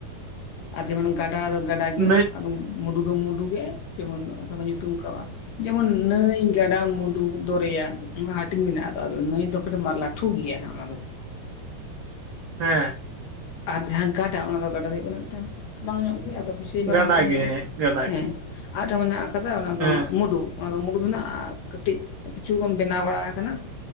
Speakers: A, on the left (about 70°); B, on the right (about 75°).
A: ᱟᱨ ᱡᱮᱢᱚᱱ ᱜᱟᱰᱟ ᱫᱚ ᱜᱟᱰᱟ ᱜᱮ
B: ᱱᱟᱹᱭ
A: ᱟᱨ ᱱᱤ ᱢᱩᱰᱩ ᱫᱚ ᱢᱩᱰᱩ ᱜᱮ ᱡᱮᱢᱚᱱ ᱚᱱᱠᱟ ᱠᱚ ᱧᱩᱛᱩᱢ ᱠᱟᱣᱟᱜ᱾ ᱡᱮᱢᱚᱱ ᱱᱟᱹᱭ, ᱜᱟᱰᱟ, ᱢᱩᱰᱩ, ᱫᱚᱨᱭᱟ ᱚᱱᱠᱟ ᱦᱟᱹᱴᱤᱧ ᱢᱮᱱᱟᱜᱼᱟ ᱟᱫᱚ ᱱᱟᱹᱭ ᱫᱚ ᱠᱚᱫᱚ ᱢᱟᱞᱟ ᱴᱷᱩ ᱜᱮᱭᱟ ᱦᱟ ᱚᱱᱟ ᱫᱚ᱾
B: ᱦᱮᱸ᱾
A: ᱟᱨ ᱡᱟᱦᱟᱸ ᱜᱟᱰᱟ ᱚᱱᱟ ᱫᱚ ᱜᱟᱰᱟ ᱦᱩᱭᱩᱜ ᱠᱟᱱᱟ ᱢᱤᱴᱟᱝ ᱵᱟᱝ ᱧᱚᱜ ᱜᱮ ᱫᱚ ᱵᱩᱡᱷ ᱛᱤᱱ ᱢᱟᱨᱟᱝ
B: ᱜᱟᱰᱟ
A: ᱠᱚᱫᱚ ᱦᱩᱭᱩᱜᱼᱟ
B: ᱜᱮ ᱦᱮᱸ ᱜᱟᱰᱟ
A: ᱦᱮᱸ
B: ᱜᱮ
A: ᱟᱨ ᱢᱤᱴᱟᱝ ᱢᱮᱱᱟᱜ ᱟᱠᱟᱫᱟ ᱚᱱᱟ ᱫᱚ
B: ᱦᱮᱸ
A: ᱦᱟᱸᱜ ᱢᱩᱰᱩ᱾ ᱚᱱᱟ ᱫᱚ ᱢᱩᱰᱩ ᱢᱮᱱᱟᱜᱼᱟ ᱠᱟᱹᱴᱤᱡ ᱠᱤᱪᱷᱩ ᱜᱟᱱ ᱵᱮᱱᱟᱣ ᱵᱟᱲᱟ ᱟᱠᱟᱱᱟ᱾